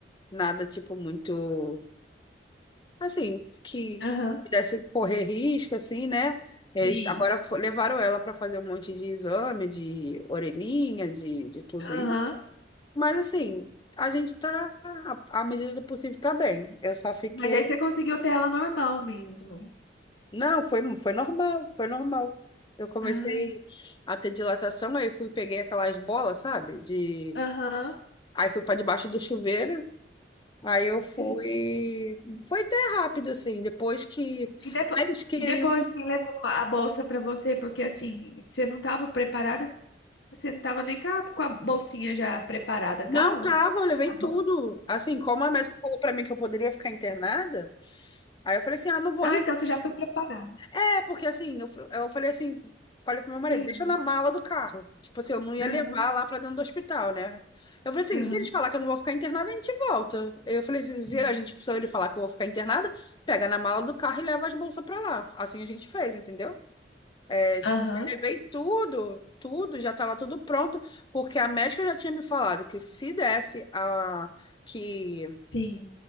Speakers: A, on the left; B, on the left.
A: Nada, tipo, muito, assim, que,
B: aham,
A: que pudesse correr risco, assim, né? Eles
B: sim.
A: agora fo- levaram ela para fazer um monte de exame, de orelhinha, de, de tudo
B: Aham.
A: isso. Mas, assim, a gente tá, à à medida do possível, tá bem. Eu só fiquei.
B: Mas aí você conseguiu ter ela normal mesmo.
A: Não, foi, foi normal, foi normal. Eu comecei
B: Ah,
A: a ter dilatação, aí fui, peguei aquelas bolas, sabe? De...
B: aham.
A: Aí fui para debaixo do chuveiro. Aí eu fui.
B: Eita.
A: Foi até rápido, assim. Depois que.
B: E, depo
A: Aí eles queriam.
B: e depois quem levou a bolsa para você? Porque assim, você não estava preparada, você não estava nem com a, com a bolsinha já preparada, tava?
A: Não, tava, eu levei
B: Tá
A: tudo.
B: bom.
A: Assim, como a médica falou pra mim que eu poderia ficar internada, aí eu falei assim: ah, não vou
B: Ah, então você já foi preparado.
A: é porque assim, eu, f- eu falei assim. Falei pro meu marido,
B: Entendi.
A: deixa na mala do carro. Tipo assim, eu não ia
B: Aham,
A: levar lá pra dentro do hospital, né? Eu falei assim,
B: aham,
A: se eles falar que eu não vou ficar internada, a gente volta. Eu falei assim, se
B: sim.
A: a gente, se ele falar que eu vou ficar internada, pega na mala do carro e leva as bolsas pra lá. Assim a gente fez, entendeu?
B: Aham,
A: Tipo, já levei tudo, tudo, já estava tudo pronto, porque a médica já tinha me falado que se desse a que
B: sim.